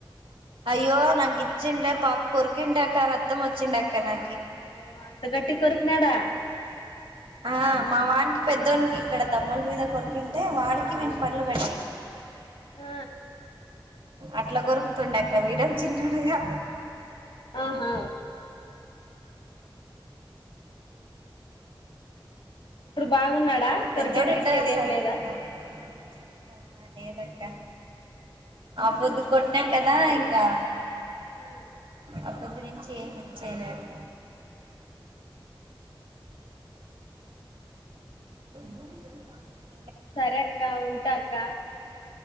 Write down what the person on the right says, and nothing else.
అయ్యో నా గిచ్చిండే పాప కురుకింటడాక రత్తం వచ్చింటడాక నా
ఆ మా వాడినికి పెద్దోనికి ఇక్కడ దమ్మల మీద కొరికింటే వాడికి వీని పళ్లు పడ్డాయి
అట్లా గొరుకుతుండక్క వీడు చిన్నోడు కాదు
ఐనా మా పెద్దోడు
ఇట్లనే
సార్
ఆహా లేదక్క ఆ పొద్దు కొట్టిన కదా ఇంకా
అద గురించి ఏమిచ్చేలేరు వెల్ కాదు